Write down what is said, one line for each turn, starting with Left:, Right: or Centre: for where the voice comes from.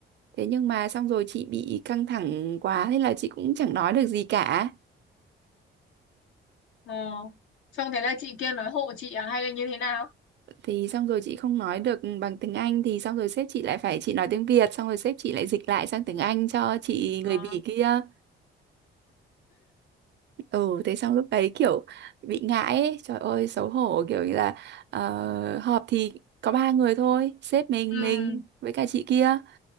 Right: thế nhưng mà xong rồi chị bị căng thẳng quá thế là chị cũng chẳng nói được gì cả
Left: Ờ. Xong thế là chị kia nói hộ chị à hay là như thế nào?
Right: thì xong rồi chị không nói được bằng tiếng Anh thì xong rồi sếp chị lại phải chị nói tiếng Việt xong rồi sếp chị lại dịch lại sang tiếng Anh cho chị người
Left: Ờ.
Right: Bỉ kia ừ thế xong lúc đấy kiểu bị ngại ấy. trời ơi xấu hổ kiểu như là ờ, họp thì có ba người thôi sếp mình
Left: Ừ,
Right: mình với cả chị kia